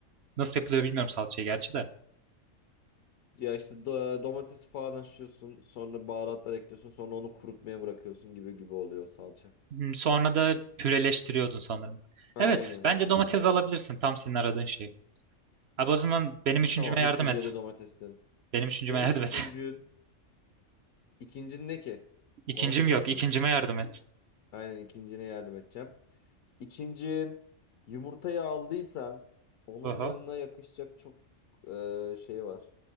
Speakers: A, on the right; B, on the left.
A: nasıl yapılıyor bilmiyorum salçayı gerçi de.
B: Ya işte do- domatesi falan haşlıyorsun sonra baharatlar ekliyorsun sonra onu kurutmaya bırakıyorsun gibi gibi oluyor o salça.
A: Hmm, Sonra da püreleştiriyordun sanırım.
B: Aynen
A: Evet, bence
B: öyle
A: domates
B: bir şeyler yapıyorum.
A: alabilirsin. Tam senin aradığın şey. Abi o zaman benim üçüncüme
B: Tamam
A: yardım
B: üçüncüye
A: et.
B: de domates dedim.
A: Benim üçüncüme
B: Senin
A: yardım
B: üçüncün
A: et.
B: ikincin ne ki?
A: <laughs> İkincim
B: Domates
A: yok,
B: mi senin?
A: İkincime yardım et.
B: Aynen ikincine yardım edeceğim. İkincin yumurtayı aldıysan onun
A: Aha.
B: yanına yakışacak çok e, şey var.